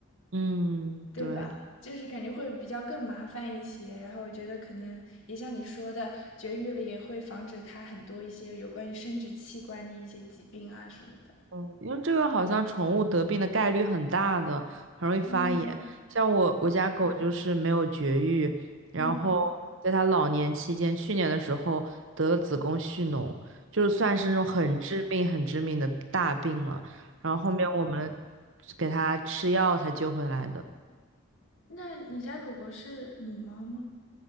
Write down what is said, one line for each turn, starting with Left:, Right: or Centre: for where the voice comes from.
Right: 嗯，
Left: 对吧？
Right: 对，
Left: 就是感觉会比较更麻烦一些，然后我觉得可能也像你说的，绝育了也会防止它很多一些有关于生殖器官的一些疾病啊什么的。
Right: 嗯，因为这个好像宠物得病的概率很大的，很容易发炎。
Left: 嗯，
Right: 像我我家狗就是没有绝育，然后在它老年期间，
Left: 嗯，
Right: 去年的时候得了子宫蓄脓，就算是那种很致命、很致命的大病了。然后后面我们给它吃药才救回来的。
Left: 那你家狗狗是母猫吗？